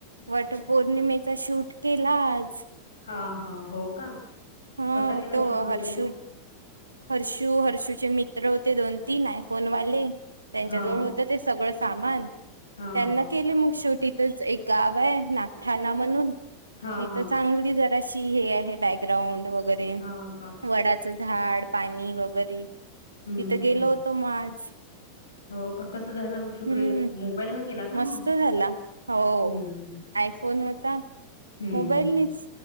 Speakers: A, on the right; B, on the left.
A: वटपौर्णिमेचा शूट केला आज.
B: हा हा हो का
A: हा
B: कसा केला
A: तो
B: शूट वगैरे
A: हर्षू,
B: मग
A: हर्षू हर्षूचे मित्र होते दोन तीन आयफोन वाले, त्यांच्याजवळ
B: हा मग
A: होत ते सगळं सामान. त्यांना
B: हा हा
A: केले मग शेवटी, तेच एक गाव आहे नागठाणा म्हणून.
B: हा
A: तिथं
B: हा
A: चांगली जराशी हे आहे बॅकग्राउंड वगैरे
B: हा का
A: वडाचं झाड पाणी वगैरे
B: हम्म
A: तिथं
B: हम्म
A: गेलो होतो म आज
B: हो का कसं झालं मग शूट
A: हूं
B: वगैरे मोबाईल न केला का
A: मस्त
B: मग
A: झाला हो,
B: हम्म
A: आयफोन होता.
B: हम्म
A: मोबाईलनेच
B: हम्म